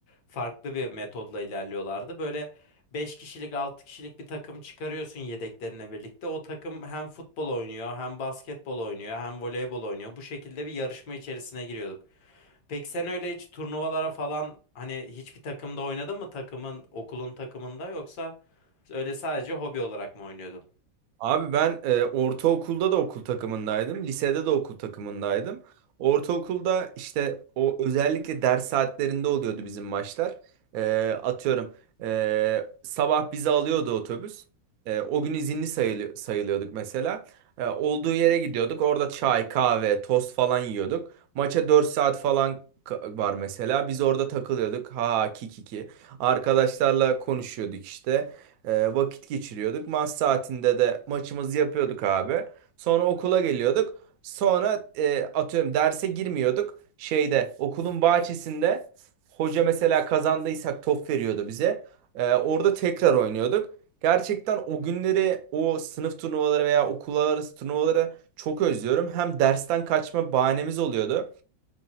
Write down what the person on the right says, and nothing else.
Abi ben e, ortaokulda da okul takımındaydım. Lisede de okul takımındaydım. Ortaokulda işte o özellikle ders saatlerinde oluyordu bizim maçlar. E, atıyorum e, sabah bizi alıyordu otobüs. E, o gün izinli sayılı- sayılıyorduk mesela. E, olduğu yere gidiyorduk. Orada çay, kahve, tost falan yiyorduk. Maça 4 saat falan ka- var mesela. Biz orada takılıyorduk. Ha kikiki. Arkadaşlarla konuşuyorduk işte. E, vakit geçiriyorduk. Maç saatinde de maçımızı yapıyorduk abi. Sonra okula geliyorduk. Sonra e, atıyorum derse girmiyorduk. Şeyde okulun bahçesinde hoca mesela kazandıysak top veriyordu bize. E, orada tekrar oynuyorduk. Gerçekten o günleri o sınıf turnuvaları veya okullar arası turnuvaları çok özlüyorum. Hem dersten kaçma bahanemiz oluyordu.